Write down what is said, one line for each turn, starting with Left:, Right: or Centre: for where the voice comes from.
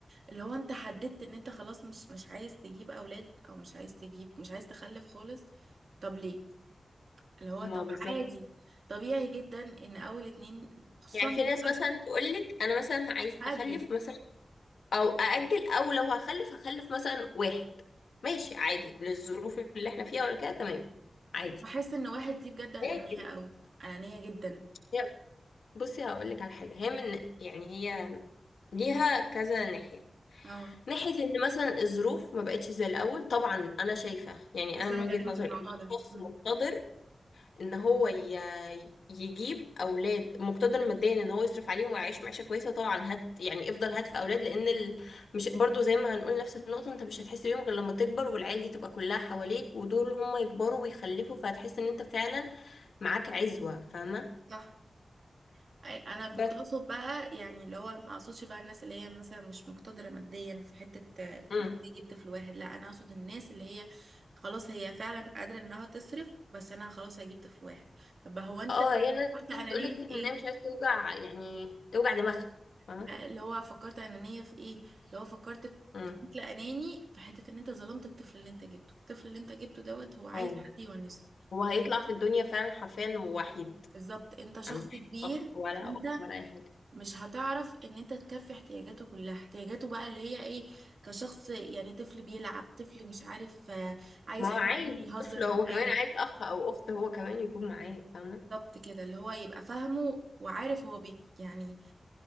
Right: اللي هو انت حددت ان انت خلاص مش مش عايز تجيب اولاد او مش عايز تجيب مش عايز تخلف خالص طب ليه اللي هو
Left: ما
Right: طب
Left: هو بالظبط
Right: عادي طبيعي جدا ان اول اتنين خصوصا
Left: يعني
Right: دلوقتي
Left: في ناس مثلا تقولك انا مثلا عايز
Right: هاجل
Left: اخلف مثلا او ااجل او لو هخلف هخلف مثلا واحد ماشي عادي للظروف اللي احنا فيها ولا كده تمام عادي
Right: بحس ان واحد دي بجد انانية
Left: لكن
Right: قوي انانية جدا
Left: هي بصي هقولك على حاجه هي من يعني هي ليها كذا ناحيه
Right: اه
Left: ناحيه ان مثلا الظروف ما بقتش زي الاول طبعا انا شايفه يعني
Right: بس
Left: انا من
Right: انا
Left: وجهه
Right: هكلمك
Left: نظري
Right: في الموضوع
Left: ان
Right: ده
Left: الشخص
Right: مم.
Left: مقتدر ان هو ي- يجيب اولاد مقتدر ماديا ان هو يصرف عليهم ويعيش معيشه كويسه طبعا هات يعني افضل هات في اولاد لان ال... مش برضو زي ما هنقول نفس النقطه انت مش هتحس بيهم غير لما تكبر والعيال دي تبقى كلها حواليك ودول هم يكبروا ويخلفوا فهتحس ان انت فعلا معاك عزوه فاهمه
Right: صح أي- انا كنت
Left: بس
Right: اقصد بقى يعني اللي هو ما اقصدش بقى الناس اللي هي مثلا مش مقتدره ماديا في حته آه،
Left: امم
Right: تجيب طفل واحد لا انا اقصد الناس اللي هي خلاص هي فعلا قادره انها تصرف بس انا خلاص هجيب طفل واحد طب هو انت
Left: اه هي الناس
Right: فكرت انانيه
Left: بتقولك
Right: في
Left: ان
Right: ايه
Left: هي مش عايزه توجع يعني توجع دماغها فاهمه
Right: لا اللي هو فكرت انانيه في ايه اللي هو فكرت في-
Left: امم
Right: بشكل اناني في حته ان انت ظلمت الطفل اللي انت جبته الطفل اللي انت جبته دوت هو عايز
Left: اه
Right: حد يونسه
Left: هو هيطلع في الدنيا فعلا حرفيا وحيد
Right: بالظبط انت شخص
Left: ما عندوش
Right: كبير
Left: اخ ولا
Right: فانت
Left: اخت ولا اي حاجه
Right: مش هتعرف ان انت تكفي احتياجاته كلها احتياجاته بقى اللي هي ايه كشخص يعني طفل بيلعب طفل مش عارف آه، عايز
Left: ما
Right: حد
Left: هو عايز
Right: يهزر
Left: طفل هو
Right: معاه
Left: كمان عايز اخ او اخت هو كمان يكون معاه فاهمه
Right: بالظبط كده اللي هو يبقى فاهمه وعارف هو بي يعني